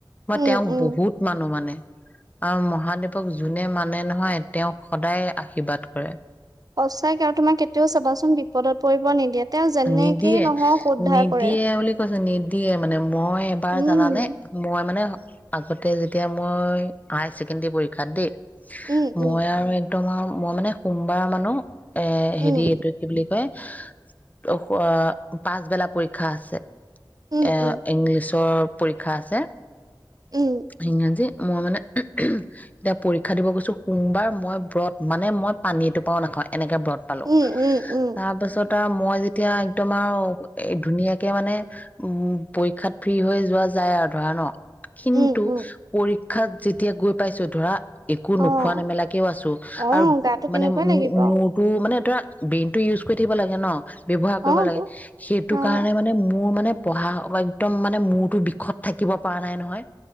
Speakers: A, on the right; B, on the left.
A: উম,
B: মই তেওঁক
A: উম।
B: বহুত মানো মানে আৰু মহাদেৱক যোনে মানে নহয় তেওঁক সদায়ে আশীৰ্বাদ কৰে
A: সঁচাকে আৰু তোমাক কেতিয়াও চাবাচোন বিপদত পৰিব নিদিয়ে তেওঁ যেনেকেই
B: নিদিয়ে
A: নহওক উদ্ধাৰ
B: নিদিয়ে
A: কৰে।
B: বুলি কৈছে নিদ দিয়ে মানে মই এবাৰ
A: উম,
B: জানানে মই মানে আগতে যেতিয়া মই হাই ছেকেণ্ডৰী পৰীক্ষাত দেই
A: উম, উম,
B: মই আৰু তোমাৰ মই মানে সোমবাৰ মানো এ
A: উম,
B: হেৰি এইটো কি বুলি কয় হা ত ক আ পাছবেলা পৰীক্ষা আছে
A: উম,
B: এ
A: উম,
B: ইংলিছৰ পৰীক্ষা আছে
A: উম।
B: ইংৰাজী মই মানে এতিয়া পৰীক্ষা দিব গৈছো সোমবাৰ মই ব্ৰত মানে মই পানীটোপাও নাখাওঁৱে এনেকে ব্ৰত পালো
A: উম, উম, উম,
B: তাৰপাছত দম মই যেতিয়া একদম মাৰ আৰু এ ধুনীয়া কে মানে উম পৰীক্ষাত ফ্ৰী হৈ যোৱা যায় আৰু ধৰা ন কিন্তু
A: উম, উম,
B: পৰীক্ষাত যেতিয়া গৈ পাইছো ধৰা একো
A: অ',
B: নোখোৱা নেমেলাকেও আছো
A: অ',
B: আৰু
A: গাটো
B: মানে
A: কেনেকুৱা লাগিব।
B: মো মোৰতো মানে ধৰা ব্ৰেইনটো ইউজ কৰি থাকিব লাগে ন ব্যৱহাৰ
A: অ',
B: কৰিব লাগে
A: তো
B: সেইটো
A: অ',
B: কাৰণে মানে মোৰ মানে পঢ়া স একদম মানে মূৰটো বিষত থাকিব পৰা নাই নহয়